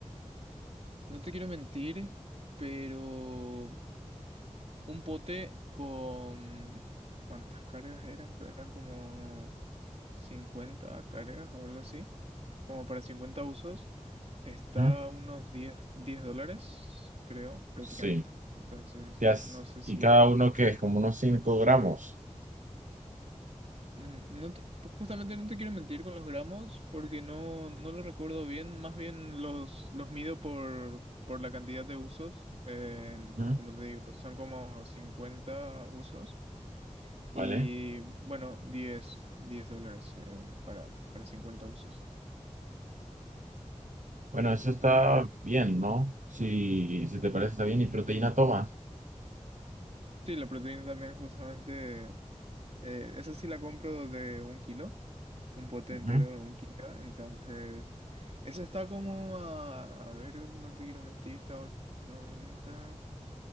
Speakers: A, on the right (about 55°); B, on the right (about 85°).
A: No te quiero mentir, pero un pote con... ¿Cuántas cargas eran? Que Eran como 50 cargas o algo así. Como para 50 usos. Está
B: ¿Mm?
A: a unos diez, 10 dólares, creo, prácticamente.
B: Sí,
A: Entonces,
B: ya, es-
A: no sé
B: y
A: si...
B: cada uno que es como unos cinco gramos,
A: Mm, No te- pu- justamente no te quiero mentir con los gramos porque no, no lo recuerdo bien. Más bien los, los mido por, por la cantidad de usos. eh,
B: ¿Mm?
A: como te digo, son como 50 usos.
B: ¿vale?
A: Y bueno, diez 10 dólares eh, para, para 50 usos.
B: Bueno, eso está bien, ¿no? Si, si te parece, está bien. ¿Y proteína tomas?
A: Sí, la proteína también justamente Eh, esa sí la compro de un kilo, un pote
B: Ujú.
A: entero de un kilo. Entonces, esa está como a, a ver, no te quiero mentir, está a 90.